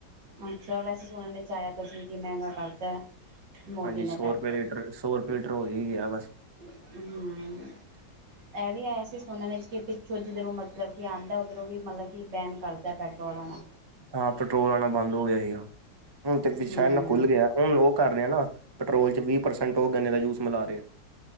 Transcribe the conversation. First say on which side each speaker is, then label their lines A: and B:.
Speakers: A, on the right; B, on the right.
A: ਅੱਛਾ, ਵੈਸੇ ਸੁਣਨ ਚ ਆਇਆ ਤੇ ਸੀ, ਕਿ ਮਹਿੰਗਾ ਕਰਤਾ। ਮੋਦੀ
B: ਹਾਂਜੀ
A: ਨੇ
B: ਸੌ
A: ਪੈਟਰੋਲ
B: ਰੁਪਏ ਲੀਟਰ, ਸੌ ਰੁਪਏ ਲੀਟਰ ਹੋ ਹੀ ਗਿਆ, ਬੱਸ।
A: <inaudible>
B: <inaudible>
A: ਇਹ ਵੀ ਆਇਆ ਸੀ ਸੁਣਨ ਵਿੱਚ, ਕਿ ਪਿੱਛੋਂ ਜਿੱਧਰੋਂ, ਮਤਲਬ ਕਿ ਆਂਦਾ, ਉੱਧਰੋਂ ਵੀ ਮਤਲਬ ਕਿ ਬੈਨ ਕਰਤਾ ਪੈਟਰੋਲ ਆਣਾ।
B: ਹਾਂ, ਪੈਟਰੋਲ ਆਣਾ ਬੰਦ ਹੋ ਗਿਆ ਸੀਗਾ, ਹੁਣ ਤੇ ਵਿਸ਼ਾ
A: ਹੂੰ
B: ਇੰਨਾ ਖੁੱਲ ਗਿਆ ਹੁਣ ਉਹ ਕਰ ਰਿਹਾ ਨਾ, ਪੈਟਰੋਲ ਚ ਵੀਹ ਪ੍ਰਸੈਂਟ ਉਹ ਗੰਨੇ ਦਾ ਜੂਸ ਮਿਲਾ ਰਹੇ।